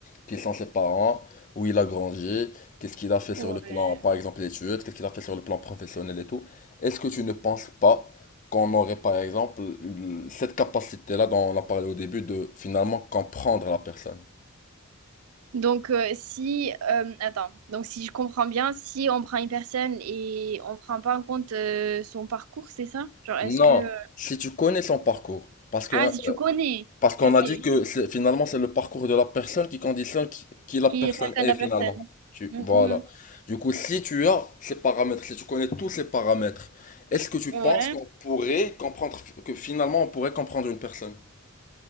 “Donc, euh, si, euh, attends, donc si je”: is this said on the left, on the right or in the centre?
Right